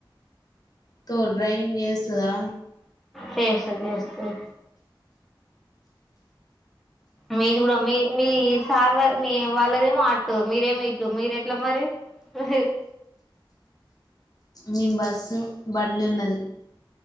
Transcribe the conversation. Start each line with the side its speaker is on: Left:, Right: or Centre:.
Left: తో డ్రైవింగ్ చేస్తదా
Centre: చేస్త చేస్తది మీది కూడా మీ మీ సార్ వా మీ వాళ్ళదిమో అట్ మీరే మో ఇటు మీరు ఎట్లా మరి హ్
Left: మీమ్ బస్సు బండి ఉన్నది